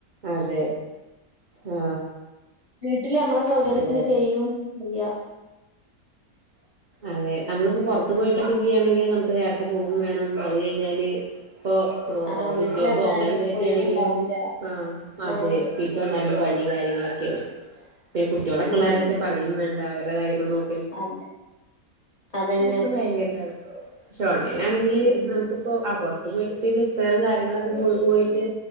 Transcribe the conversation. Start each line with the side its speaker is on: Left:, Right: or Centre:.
Right: അതെ ആ
Left: വീട്ടില് നമ്മളെ സൗകര്യത്തിന്
Right: അതെ
Left: ചെയ്യും ചെയ്യ
Right: അതെ നമ്മളിപ്പോ പൊറത്തു പോയിട്ടൊക്കെ ചെയ്യാണെങ്കി നമുക്ക് നേർത്തെ പോകും വേണം മ് അത് കഴിഞ്ഞാല് ഇപ്പൊ ഒ
Left: ആഹ്
Right: ഓഫീസ്
Left: വീട്ടിലെന്നാല്
Right: ജോബോ അങ്ങനെ എന്തെലൊക്കെയാണെങ്കിലും
Left: ഒഴിവുണ്ടാവൂല
Right: ആ അതെ
Left: ആഹ്
Right: ഇപ്പ എന്നാലും പ നി കാര്യങ്ങളൊക്കെ പേ കുട്ട്യോളൊക്കെള്ളോരൊത്
Left: ഉം
Right: പറയും വേൺ അവര കാര്യങ്ങള് നോ
Left: അതെ അതന്നെ
Right: മ്ം ഇപ്പം ഭയങ്കര <unintelligible> <unintelligible> അതിനാണെങ്കില്
Left: ഉം
Right: നമുക്കിപ്പോ ആ പൊറ ഇപ്പപോയിട്ട്പ്പഈ ബെസ് ഫയറും കാര്യങ്ങളൊക്കെ പോ പോയിട്ട്